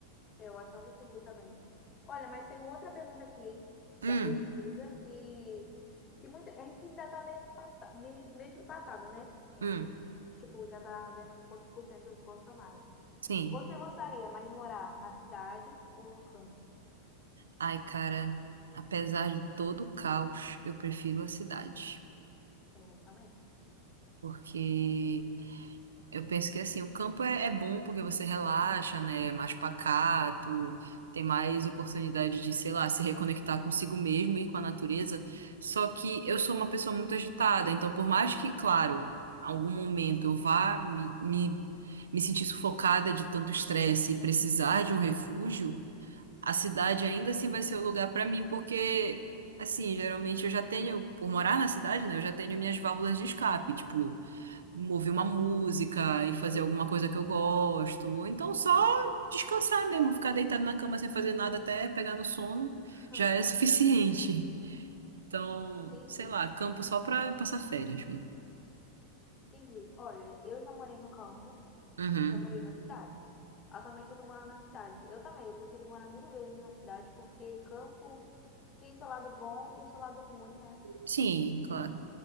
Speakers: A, on the left (about 25°); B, on the right (about 65°).
A: Eu acho um absurdo também. Olha, mas tem outra pergunta aqui, hein,
B: Hum,
A: da pesquisa, que, que muita, a gente ainda tá meio que, empata- meio, meio que empatado, né? A gente,
B: hum,
A: tipo, ainda tá vendo quantos por cento gosta mais.
B: sim.
A: Você gostaria mais de morar na cidade ou no campo?
B: Ai, cara, apesar de todo o caos, eu prefiro a cidade.
A: É, Eu também.
B: Porque Eu penso que assim, o campo é, é bom porque você relaxa, né? É mais pacato, tem mais oportunidade de, sei lá, se reconectar consigo mesmo e com a natureza. Só que eu sou uma pessoa muito agitada, então por mais que, claro, algum momento eu vá me, me, me sentir sufocada de tanto estresse e precisar de um refúgio, a cidade ainda assim vai ser o lugar para mim, porque assim, geralmente eu já tenho, por morar na cidade, né? Eu já tenho minhas válvulas de escape, tipo ouvir uma música e fazer
A: Sim.
B: alguma coisa que eu gosto, ou então só descansar mesmo, ficar deitado na cama sem fazer nada até pegar no sono,
A: <laughs>
B: já é suficiente. Então,
A: Entendi.
B: sei lá, campo só pra passar férias mesmo.
A: Entendi. Olha, eu já morei no campo
B: Uhum.
A: e já morei na cidade. Atualmente eu tô morando na cidade. Eu também, eu prefiro morar mil vezes na cidade, porque campo tem seu lado bom e tem seu lado ruim, né?
B: Sim, claro.